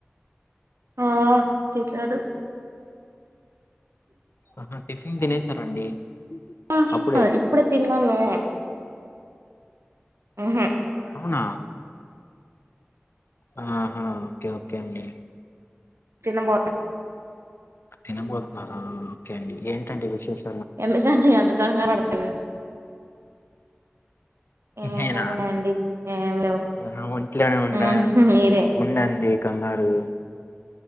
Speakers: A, on the right; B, on the left.
A: ఆ తిట్లాడ్రు
B: ఊ ఆహా టిఫిన్ తినేసారండి
A: ఆ
B: అప్పుడే
A: అ ఇప్పుడే తిన్నాను ఉహు
B: అవునా ఆ ఓకే ఓకే అండి
A: తిన్నం బోస
B: తినబోతున్నారా ఓకే అండి ఏంటండి విశేష
A: ఎందుకండి అంత కంగారు పడుతరు ఏమున్నాయండి
B: నేనా
A: ఏం లేవు
B: నా ఒంట్లోనే ఉండ
A: ఉహు మీరే
B: ఉండంది కంగారు